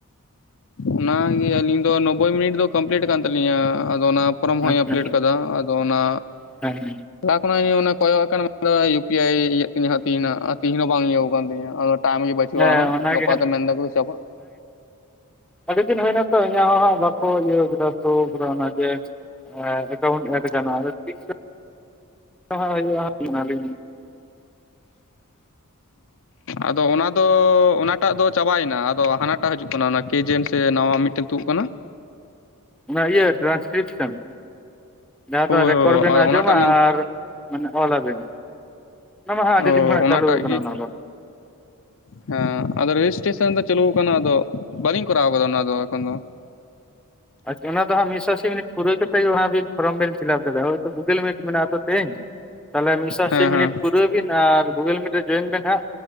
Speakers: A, on the left; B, in the centre.
A: ᱚᱱᱟᱜᱮ ᱟᱞᱤᱧ ᱫᱚ ᱱᱚᱵᱽᱵᱳᱭ ᱢᱤᱱᱤᱴ ᱫᱚ ᱠᱚᱢᱯᱞᱤᱴ ᱠᱟᱱ ᱛᱟᱞᱤᱧᱟ ᱟᱫᱚ ᱚᱱᱟᱼᱼ ᱯᱷᱨᱚᱢ ᱦᱚᱧ
B: ᱟᱪᱪᱷᱟ
A: ᱟᱯᱞᱮᱴ ᱠᱟᱫᱟ ᱟᱫᱚ ᱚᱱᱟᱼᱼ
B: ᱦᱮᱸ
A: ᱞᱟᱦᱟ ᱠᱷᱚᱱᱟᱜ ᱤᱧ ᱠᱚᱭᱚᱜ ᱠᱟᱱᱟ ᱢᱮᱱᱫᱟ ᱤᱭᱩ ᱯᱤ ᱟᱭ ᱤᱭ ᱤᱭᱟᱹᱜ ᱛᱤᱧᱟᱹ ᱦᱟᱸᱜ ᱛᱤᱦᱤᱧ ᱦᱟᱸᱜ ᱟᱨ ᱛᱤᱦᱤᱧ ᱦᱚᱸ ᱵᱟᱝ ᱤᱭᱟᱹ ᱠᱟᱱ ᱛᱤᱧᱟᱹ᱾ ᱠᱟᱢ ᱜᱮ ᱵᱟᱪᱩᱜ
B: ᱦᱮᱸ
A: ᱟᱦᱟᱸᱜ
B: ᱚᱱᱟᱜᱮ
A: ᱜᱟᱯᱟ
B: ᱦᱟᱸᱜ
A: ᱫᱚ ᱢᱮᱱᱫᱟ ᱠᱚ ᱪᱟᱵᱟᱜ᱾
B: ᱟᱰᱤ ᱫᱤᱱ ᱦᱩᱭᱱᱟᱛᱚ ᱤᱧᱟᱹᱜ ᱦᱚᱸ ᱦᱟᱸᱜ ᱵᱟᱠᱚ ᱤᱭᱟᱹᱣ ᱠᱟᱫᱟ ᱥᱳᱣ ᱠᱟᱫᱟ ᱛᱚ ᱚᱱᱟᱜᱮᱼᱼ ᱮᱠᱟᱣᱩᱱᱴ ᱮᱴ ᱠᱟᱱᱟ ᱟᱫᱚ ᱛᱤᱥ ᱪᱚ ᱦᱟᱸᱜ ᱦᱩᱭᱩᱜᱼᱟ ᱚᱱᱟᱞᱤᱧᱼᱼ <unintelligible>
A: ᱟᱫᱚ ᱚᱱᱟ ᱫᱚ ᱚᱱᱟᱴᱟᱜ ᱫᱚ ᱪᱟᱵᱟᱭᱮᱱᱟ ᱟᱫᱚ ᱦᱟᱱᱟᱴᱟᱜ ᱦᱤᱡᱩᱜ ᱠᱟᱱᱟ ᱚᱱᱟ ᱚᱱᱟ ᱠᱮᱡᱮᱱ ᱥᱮ ᱱᱟᱣᱟ ᱢᱤᱫᱴᱮᱱ ᱛᱩᱫ ᱠᱟᱱᱟ
B: ᱚᱱᱟ ᱤᱭᱟᱹ ᱴᱨᱟᱱᱥᱠᱤᱨᱤᱯᱥᱚᱱ ᱡᱟᱦᱟᱸ
A: ᱦᱳᱭ
B: ᱫᱚ ᱨᱮᱠᱚᱨᱰ
A: ᱦᱳᱭ
B: ᱵᱮᱱ
A: ᱟᱫᱚ
B: ᱟᱸᱡᱚᱢᱟ
A: ᱚᱱᱟᱴᱟᱜ ᱢᱮᱱ
B: ᱟᱨ ᱚᱞᱟᱵᱤᱱ ᱚᱱᱟ ᱢᱟ ᱦᱟᱸᱜ ᱟᱰᱤ
A: ᱚ
B: ᱫᱤᱱ ᱠᱷᱚᱱᱟᱜ
A: ᱚᱱᱟᱴᱟᱜ
B: ᱪᱟᱹᱞᱩᱣ ᱠᱟᱱᱟ
A: ᱜᱮ
B: ᱚᱱᱟ ᱫᱚ᱾
A: ᱦᱮᱸ ᱟᱫᱚ ᱨᱮᱡᱤᱥᱴᱮᱥᱚᱱ ᱫᱚ ᱪᱟᱹᱞᱩᱣ ᱠᱟᱱᱟ ᱟᱫᱚ ᱵᱟᱞᱤᱧ ᱠᱚᱨᱟᱣ ᱠᱟᱫᱟ ᱚᱱᱟ ᱫᱚ ᱮᱠᱷᱚᱱ ᱫᱚ᱾
B: ᱟᱪᱪᱷᱟ ᱚᱱᱟ ᱫᱚ ᱦᱟᱸᱜ ᱢᱤᱫᱥᱚ ᱟᱥᱤ ᱢᱤᱱᱤᱴ ᱯᱩᱨᱟᱹᱣ ᱠᱟᱛᱮ ᱜᱮ ᱦᱟᱸᱜ ᱵᱤᱱ ᱯᱷᱚᱨᱚᱢ ᱵᱤᱱ ᱯᱷᱤᱞᱟᱯ ᱫᱟᱲᱮᱭᱟᱜᱼᱟ ᱦᱳᱭᱛᱳ ᱜᱩᱜᱩᱞ ᱢᱤᱴ ᱢᱮᱱᱟᱜᱼᱟ ᱛᱚ ᱠᱤᱦᱤᱧ ᱛᱟᱦᱞᱮ ᱢᱤᱫ ᱥᱚ ᱥᱟᱥᱤ
A: ᱦᱮᱸ
B: ᱢᱤᱱᱤᱴ
A: ᱦᱮᱸ
B: ᱯᱩᱨᱼᱼ ᱯᱩᱨᱟᱹᱣᱵᱤᱱ ᱟᱨ ᱜᱩᱜᱩᱞ ᱢᱤᱴ ᱨᱮ ᱡᱚᱭᱮᱱ ᱵᱤᱱ ᱦᱟᱸᱜ